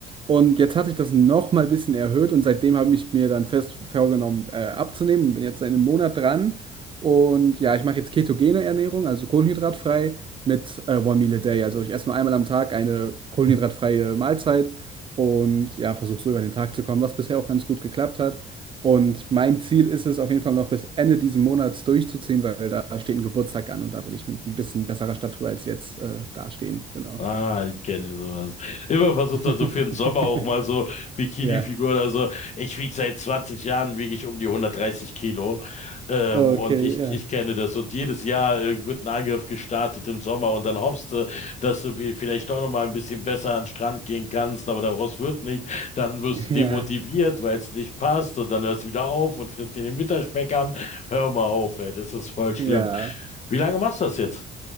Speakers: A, on the right; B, on the left.
A: Und jetzt hatte ich das noch mal ein bisschen erhöht und seitdem habe ich mir dann fest vorgenommen, äh, abzunehmen und bin jetzt seit einem Monat dran. Und ja, ich mache jetzt ketogene Ernährung, also kohlenhydratfrei mit äh, One Meal a Day. Also ich esse nur einmal am Tag eine kohlenhydratfreie Mahlzeit und ja, versuche so über den Tag zu kommen, was bisher auch ganz gut geklappt hat. Und mein Ziel ist es auf jeden Fall noch bis Ende dieses Monats durchzuziehen, weil da steht ein Geburtstag an und da will ich mit ein bisschen besserer Statur als jetzt äh, dastehen. Genau.
B: Ah, ich kenne sowas. Immer versucht
A: <laughs>
B: dann so für den Sommer auch mal so Bikini-Figur
A: Ja.
B: oder so. Ich wiege seit 20 Jahren, wiege ich um die 130 Kilo. Ähm,
A: Okay,
B: und ich,
A: ja.
B: ich kenne das. Und jedes Jahr äh, wird ein Angriff gestartet im Sommer und dann hoffst du, dass du wie- vielleicht doch noch mal ein bisschen besser an den Strand gehen kannst, aber daraus wird nicht. Dann wirst du
A: Ja.
B: demotiviert, weil es nicht passt und dann hörst du wieder auf und frisst dir den Winterspeck an. Hör mal auf, ey, das ist voll schlimm.
A: Ja.
B: Wie lange machst du das jetzt?